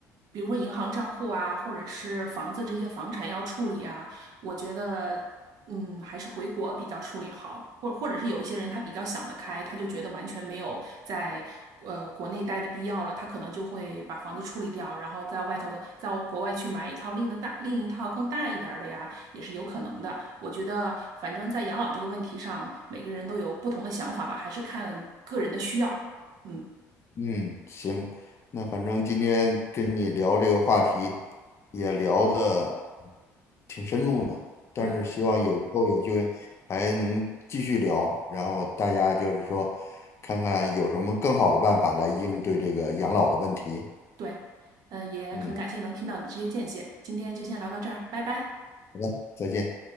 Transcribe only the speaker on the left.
嗯，行，那反正今天跟你聊这个话题，也聊的挺深入呢。但是希望有以后有机会还能继续聊，
然后大家就是说，看看有什么更好的办法来应对这个养老的问题。
嗯，
好的，再见。